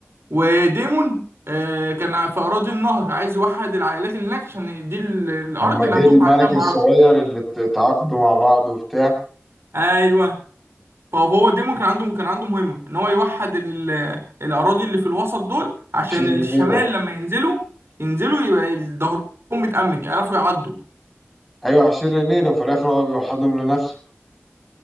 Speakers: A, on the right; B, in the centre.
A: وديمون إيه كان في اراضي النهر عايز يوحد العائلات اللي هناك عشان دي ال- الارض
B: لما
A: اللي
B: جه
A: هتقوم
B: الملك
A: عليها المعركه
B: الصغير اللي ات- اتعاقدوا مع بعض وبتاع
A: ايوه طب هو ديمون كان عنده كان عنده مهمه ان هو يوحد ال... الاراضي اللي في الوسط دول عشان
B: عشان رينيرا
A: الشمال لما ينزلوا ينزلوا يبقى ظهرهم متامن يعرفوا يعدوا
B: ايوح عشان رينيرا وفي الاخر هو بيوحدهم لنفسه